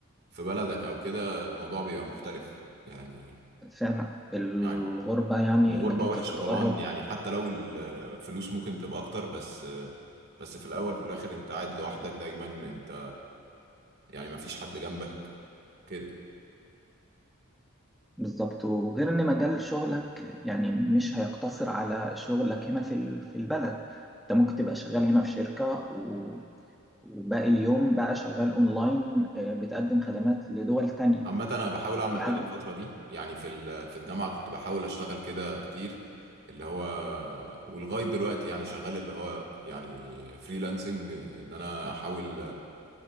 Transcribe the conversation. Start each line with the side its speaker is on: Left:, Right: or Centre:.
Right: في بلدك او كده الموضوع بيبقى مختلف يعني
Centre: فعلا الغربة
Right: يعني
Centre: يعني
Right: الغربة
Centre: إنك أنت
Right: وحشة
Centre: تتغرب
Right: طبعا يعني حتى لو الفلوس ممكن تبقى اكتر بس بس في الاول وفي الاخر انت قاعد لوحدك دايما انت يعني مفيش حد جنبك كده
Centre: بالظبط وغير إن مجال شغلك يعني مش هيقتصر على شغلك هنا في ال- في البلد أنت ممكن تبقى شغال هنا في شركة و- وباقي اليوم بقى شغال أونلاين آه، بتقدم خدمات لدول تانية
Right: عامة أنا بحاول أعمل
Centre: دي
Right: كده
Centre: حاجة
Right: الفترة دي يعني في ال- في الجامعة كنت بحاول أشتغل كده كتير اللي هو ولغاية دلوقتي يعني شغال اللي هو يعني فريلانسنج إن أنا أحاول